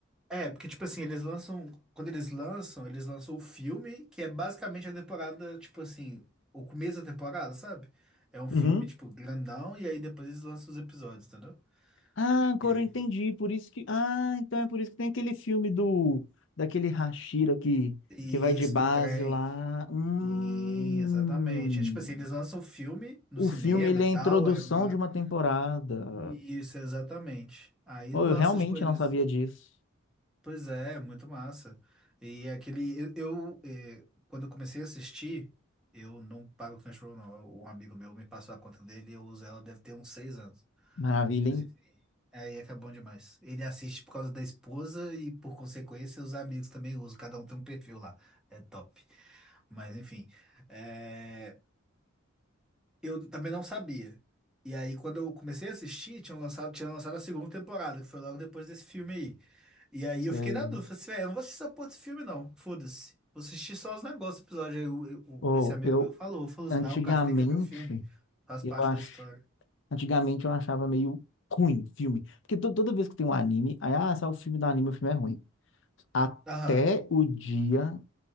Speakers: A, in the centre; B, on the left (about 60°).
A: é, porque, tipo assim, eles lançam. Quando eles lançam, eles lançam o filme, que é basicamente a temporada, tipo assim, o começo da temporada, sabe? É um
B: Uhum.
A: filme, tipo, grandão, e aí depois eles lançam os episódios, entendeu?
B: Ah, agora
A: E aí
B: eu entendi. Por isso que. Ah, então é por isso que tem aquele filme do. Daquele Hashira que,
A: Isso,
B: que vai de base
A: do trem.
B: lá. Hum.
A: Sim, exatamente. É tipo assim, eles lançam o filme no
B: O
A: cinema
B: filme, ele
A: e
B: é
A: tal,
B: a introdução
A: é ma...
B: de uma temporada.
A: Isso, exatamente. Aí
B: Oh,
A: lança,
B: eu realmente
A: tipo, eles.
B: não sabia disso.
A: Pois é, muito massa. E aquele. Eu, eu, eh, quando eu comecei a assistir, eu não pago o Crunchyroll, não. Um amigo meu me passou a conta dele e eu uso ela, deve ter uns seis anos.
B: Maravilha,
A: Mas
B: hein?
A: enfim, aí é que é bom demais. Ele assiste por causa da esposa e, por consequência, os amigos também usam. Cada um tem um perfil lá. É top. Mas enfim, é, eu também não sabia. E aí, quando eu comecei a assistir, tinham lançado, tinha lançado a segunda temporada, que foi logo depois desse filme aí. E aí
B: Sei.
A: eu fiquei na dúvida, falei assim, velho, eu não vou assistir essa porra desse filme, não. Foda-se. Vou assistir só os negócios do episódio. Aí o-
B: Oh,
A: o- esse amigo
B: eu
A: meu falou, falou
B: antigamente,
A: assim, não, cara, você tem que ver o filme. Faz
B: eu
A: parte
B: acho,
A: da história.
B: antigamente eu achava meio ruim filme, porque to- toda vez que tem um anime, aí ah, sai o filme do anime, o filme é ruim. Até
A: Aham,
B: o dia